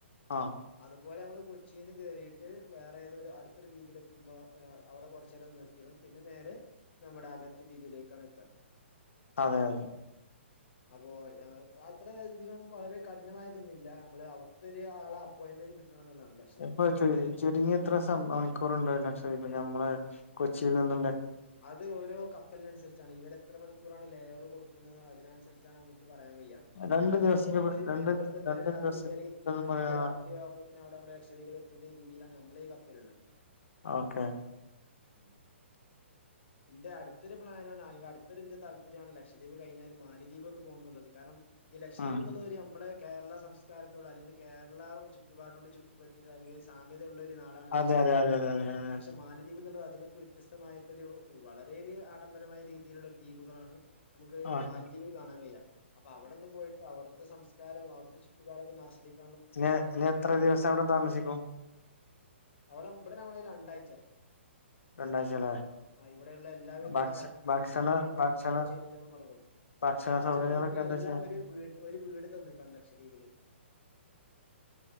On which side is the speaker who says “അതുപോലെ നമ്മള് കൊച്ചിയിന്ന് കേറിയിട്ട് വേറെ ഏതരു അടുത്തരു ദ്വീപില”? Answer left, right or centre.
Left